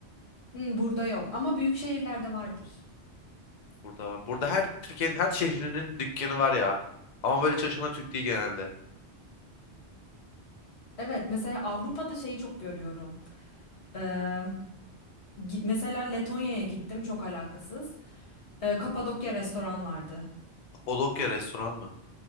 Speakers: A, on the left (about 70°); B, on the left (about 45°).
A: Hmm, burada yok ama büyük şehirlerde vardır.
B: Burada var. Burada her Türkiye'nin her şehrinin dükkanı var ya. Ama böyle çalışanlar Türk değil genelde.
A: Evet, mesela Avrupa'da şeyi çok görüyorum. Ee, gi- mesela Letonya'ya gittim çok alakasız. Ee, Kapadokya restoran vardı.
B: Kapadokya restoran mı?